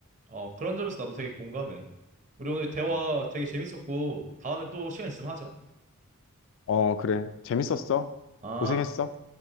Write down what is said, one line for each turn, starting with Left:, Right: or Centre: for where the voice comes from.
Right: 어, 그런 점에서 나도 되게 공감해. 우리 오늘 대화
Left: 음.
Right: 되게 재밌었고, 다음에 또 시간 있으면 하자.
Left: 어, 그래. 재밌었어.
Right: 아,
Left: 고생했어.